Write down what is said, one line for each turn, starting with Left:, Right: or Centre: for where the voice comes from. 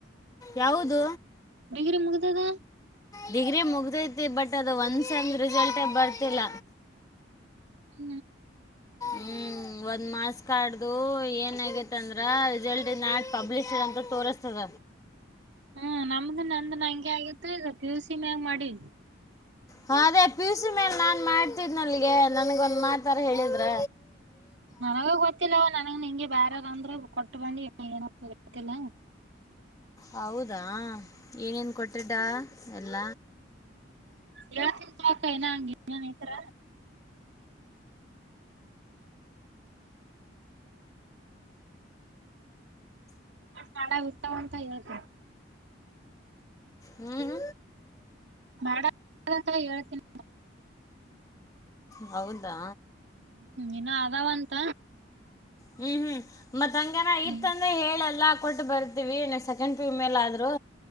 Left: ಯಾವುದು
Right: ಡಿಗ್ರಿ ಮುಗ್ದದ
Left: ಡಿಗ್ರಿ ಮುಗತೈತಿ ಬಟ್ ಅದು ಒಂದ್ ಸೆತ್ ರಿಸಲ್ಟ ಬರ್ತಿಲ್ಲ
Right: ಹೂ
Left: ಹೂ ಒಂದ್ ಮಾರ್ಕ್ಸ್ ಕಾರ್ಡ್ ದು ಏನ್ ಅಗೆತಿ ಅಂದ್ರ ರಿಸಲ್ಟ್ ನಾಳೆ ಪಬ್ಲಿಶರ್ ಅಂತ ತೋರಿಸ್ತದ
Right: ಹೂ ನಮ್ದ ನಂದ ಹಂಗೆ ಆಗಿತ್ತು ಈಗ ಪ್ಯುಸಿ ಮ್ಯಾಗ ಮಾಡಿ
Left: ಹೂ ಅದೇ ಪಿುಸ ಮೇಲೆ ನಾನ್ ಮಾಡ್ತಿದ್ನ ಅಲ್ಲಿಗೆ ನನ್ಗ ಒಂದ್ ಮಾತಾರ ಹೇಳಿದ್ರ
Right: ನನಗ ಗೊತ್ತಿಲ್ಲ ನನಗ ನಿಂಗೆ ಬಾರಾರ ಅಂದ್ರ ಕೊಟ್ಟ ಬಿ ಏನ ಗೊತ್ತಿಲ್ಲ
Left: ಹೌದಾ ಏನೇನು ಕೊಟ್ಟಡಾ ಎಲ್ಲ
Right: ಕೇಳ್ತೀನಿ ತಗೋ ಏನಾದ್ರು ಇದ್ರ ಕಡ ಇರ್ತಂತ ಇವತ್ತು
Left: ಹೂ
Right: ಬಾ ಹೇಳ್ತನಿ
Left: ಹೌದಾ
Right: ಹೂ ಇನ್ನು ಅದವಂತ
Left: ಹೂ ಹೂ ಮತ್ಂಗನ
Right: ಹ್ಮ್
Left: ಇತ್ತಂದ್ರೆ ಹೇಳಲ್ಲ ಕೊಟ್ಟು ಬರ್ ಸೆಕಂಡ್ ಪಿಯು ಮೇಲಿನಾದ್ರೂ